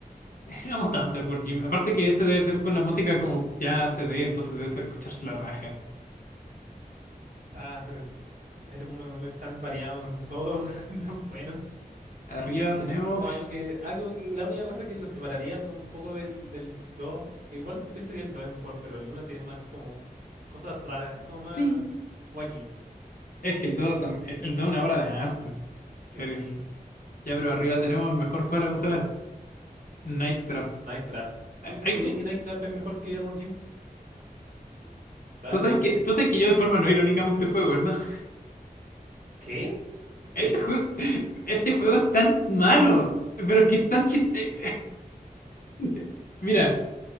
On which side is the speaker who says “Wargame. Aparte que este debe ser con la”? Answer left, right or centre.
Left